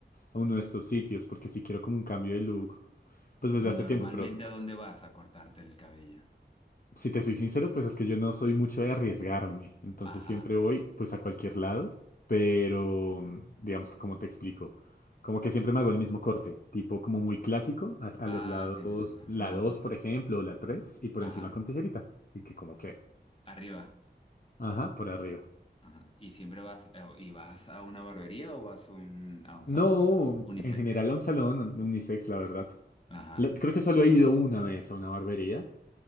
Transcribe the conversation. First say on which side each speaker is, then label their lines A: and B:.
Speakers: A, on the left; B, on the left.
A: a uno de estos sitios porque sí quiero como un cambio de look, pues
B: Y
A: desde hace
B: normalmente,
A: tiempo, pero
B: ¿a dónde vas a cortarte el cabello?
A: Si te soy sincero, pues es que yo no soy mucho de arriesgarme, entonces
B: Ajá.
A: siempre voy pues a cualquier lado, pero mm, digamos que como te explico, como que siempre me hago el mismo corte, tipo como muy clásico, a, a
B: Ah,
A: los lados,
B: ok, no,
A: la
B: no,
A: 2
B: no,
A: por ejemplo, o la 3 y por
B: ajá.
A: encima con tijerita, y que como que,
B: Arriba.
A: ajá, por arriba.
B: Ajá. ¿Y siempre vas, eh, y vas a una barbería o vas a un, a un salón
A: No,
B: unisex?
A: en general a un salón unisex, la verdad.
B: Ajá.
A: La- creo que solo he ido una vez a una barbería